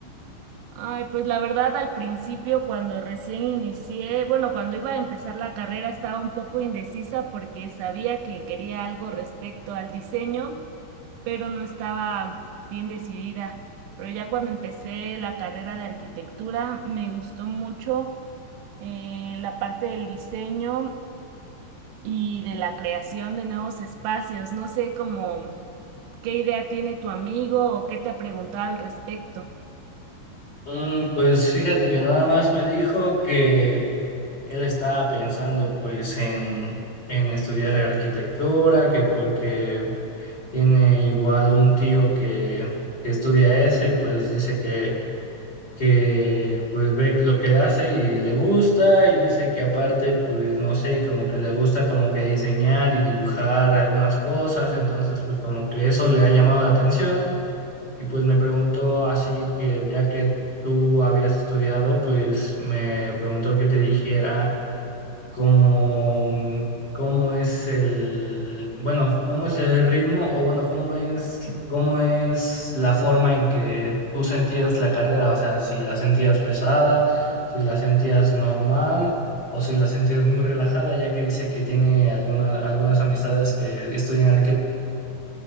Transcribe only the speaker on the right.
Ay, pues la verdad al principio cuando recién inicié, bueno, cuando iba a empezar la carrera estaba un poco indecisa porque sabía que quería algo respecto al diseño, pero no estaba bien decidida. Pero ya cuando empecé la carrera de arquitectura me gustó mucho eh, la parte del diseño y de la creación de nuevos espacios. No sé cómo qué idea tiene tu amigo o qué te ha preguntado al respecto.